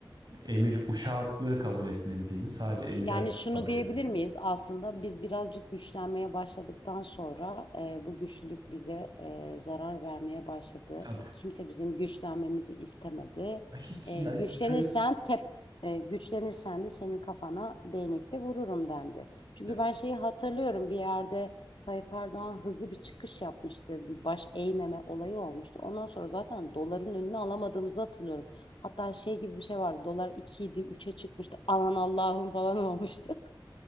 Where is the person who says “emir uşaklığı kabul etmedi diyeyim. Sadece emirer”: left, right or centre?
Right